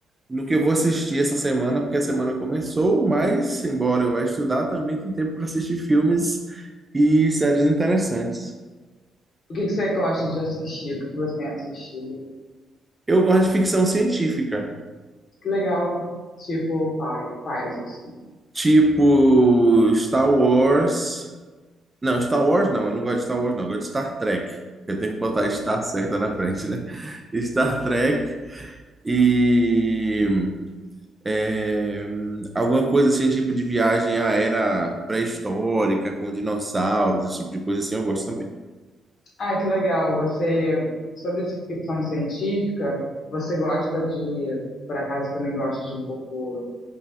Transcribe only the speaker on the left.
O que que você gosta de assistir? O que que você tem assistido?
Que legal. Tipo, quais, quais, assim?
Ah, que legal. Você, sobre ficção científica, você gosta de, por acaso, também gosta de um pouco